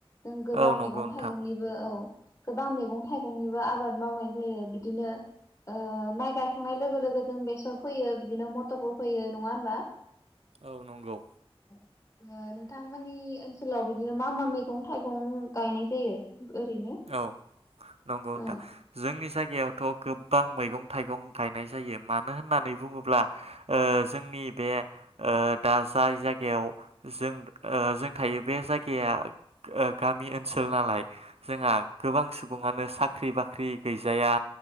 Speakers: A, on the left (about 30°); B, on the right (about 80°).
A: जों गोबां
B: औ नंगौ
A: मैगं
B: नोंथां
A: थाइगंनिबो औ गोबां मैगं थाइगंनिबो आबाद मावनाय जायो बिदिनो ओ माइ गायखांनाय लोगो लोगो जों बेसर फैयो बिदिनो मथरबो फैयो नङा होमबा
B: औ नंगौ
A: ओ नोंथांमोननि ओनसोलाव बिदिनो मा मा मैगं थाइगं गायनाय जायो ओरैनो
B: औ नंगौ
A: औ
B: नोंथां जोंनि जाय गायावथ' गोबां मैगं थाइगं गायनाय जायो मानो होननानै बुङोब्ला ओ जोंनि बे ओ दा जाय जायगायाव जों ओ जों थायो बे जायगाया गा गामि ओनसोल नालाय जोंहा गोबां सुबुङानो साख ख्रि बाख्रि गैजाया